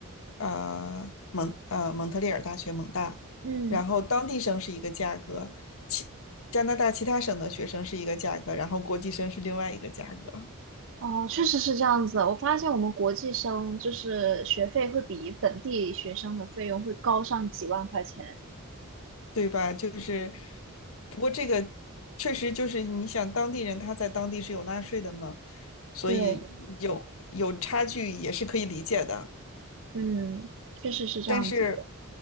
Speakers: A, on the left; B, on the right.
A: 呃蒙呃蒙特利尔大学蒙大，
B: 嗯。
A: 然后当地生是一个价格，其加拿大其他省的学生是一个价格，然后国际生是另外一个价格，
B: 哦，确实是这样子。我发现我们国际生就是学费会比本地学生的费用会高上几万块钱。
A: 对吧？就是不过这个确实就是你想当地人他在当地是有纳税的嘛，所以有有差距也是可以理解的。
B: 对，嗯，确实是这样子的。
A: 但是，